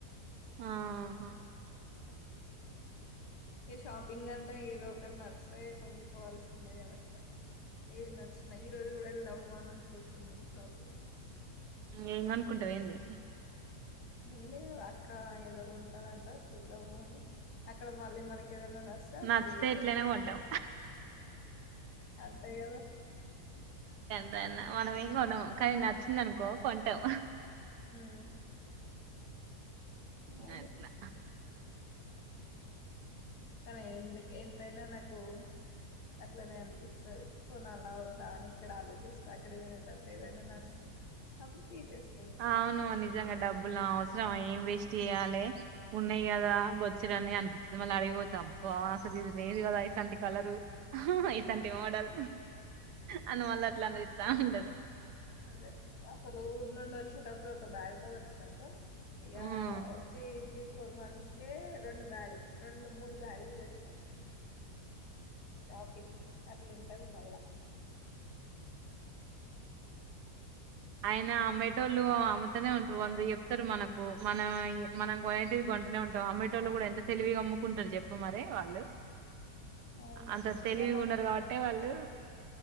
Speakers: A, on the right; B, on the left.
A: ఆహ
B: ఏ షాపింగ్ అంటే ఏదో ఒకటి నచ్చితే కొనుక్కోవాల్సిందే కదక్క ఏది నచ్చినా ఈ రోజు గుడ యెల్దాం పోవాలనుకుంటున్నా షాపింగ్
A: ఏం కొనుక్కుంటావు ఏంది
B: అంటే ఏమి లేదు అక్క ఏదో కొంట దంట చూద్దాము అని అక్కడ మళ్ళీ మనకి ఏదన్నా నొస్తే అప్పుడు
A: నచ్చితే
B: చేదు
A: ఎట్లయినా కొంటాం
B: అంతే కదా
A: అదన్న మనం ఏం కొనము కానీ నచ్చింది అనుకో కొంటాం
B: హమ్ <unintelligible>
A: అట్లా
B: కానీ ఎందుకు ఎంతైనా నాకు అట్లనే అని పిస్తది కొనాలా వద్దా అని ఇక్కడ ఆలోచిస్తా అక్కడ పోయిన తర్వాత ఏదైనా నచ్చితే అప్పుడు తీసేసుకుంటా
A: అవును నిజంగా డబ్బులు అవసరం అయి ఏం వేస్ట్ చేయాలి ఉన్నాయి కదా బోచ్చెడన్ని అని పిస్తది మళ్ళీ ఆడికిపోతే అబ్బా అసలు ఇది లేదు కదా ఇట్లాంటి కలరు ఇట్లాంటి మోడల్ అన్న మళ్ళ
B: ఉమ్
A: అట్ల అని పిస్తా ఉంటది
B: అదే అసలు ఊరు నుండి వచ్చేటప్పుడు ఒక బ్యాగ్ తో వచ్చిన్నాము ఇక
A: ఉమ్
B: వచ్చి త్రీ ఫోర్ మంత్స్ కి రెండు బ్యాగు్లు రెండు మూడు బ్యాగులు చేస్తాం షాపింగ్ కి అట్లా ఉంటాది మళ్ళా
A: ఆయనా అమ్మేటోళ్ళు అమ్ముతునే ఉంటారు వంద చెప్తారు మనకు మన మనం కొనేది కొంటునే ఉంటాం అమ్మేటోళ్ళు కూడా ఎంత తెలివిగా అమ్ముకుంటారు చెప్పు తప్పు మరే వాళ్ళు
B: అవును
A: అంత తెలివి
B: ఇక
A: ఉన్నారు కాబట్టే వాళ్ళు